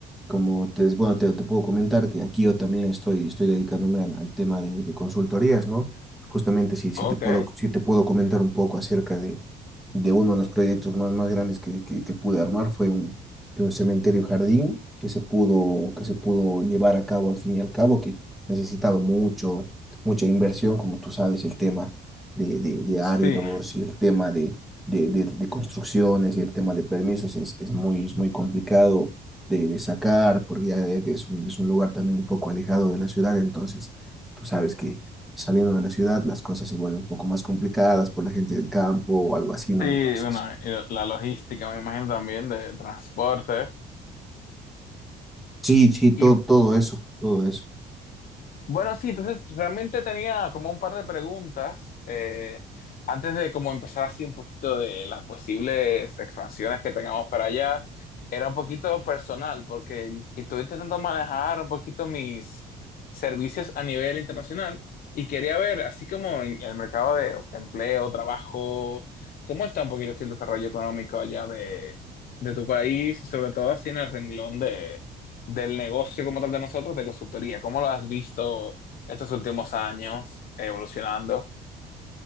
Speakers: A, in the centre; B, on the left.
A: Como te, bueno, te, te puedo comentar que aquí yo también estoy, estoy dedicándome al, al tema de, de consultorías, ¿no? Justamente si, si
B: Ok,
A: te puedo, si te puedo comentar un poco acerca de, de uno de los proyectos más, más grandes que, que, que pude armar, fue un, de un cementerio jardín que se pudo, que se pudo llevar a cabo al fin y al cabo, que necesitaba mucho, mucha inversión, como tú sabes, el tema de, de, de áridos
B: sí,
A: y el tema de, de, de, de construcciones y el tema de permisos es, es muy, es muy complicado de, de sacar, porque ya es un, es un lugar también un poco alejado de la ciudad, entonces tú sabes que saliendo de la ciudad las cosas se vuelven un poco más complicadas por la gente del campo o algo así, ¿no?
B: sí,
A: Entonces,
B: bueno, eh, la logística me imagino también de transporte.
A: sí, sí, todo,
B: Y
A: todo eso, todo eso.
B: Bueno, sí, entonces realmente tenía como un par de preguntas eh, antes de como empezar así un poquito de las posibles expansiones que tengamos para allá. Era un poquito personal porque y- y estoy intentando manejar un poquito mis servicios a nivel internacional y quería ver, así como en el mercado de empleo, trabajo, cómo está un poquito el desarrollo económico allá de, de tu país y sobre todo así en el renglón del negocio como tal de nosotros, de consultoría. ¿Cómo lo has visto estos últimos años evolucionando?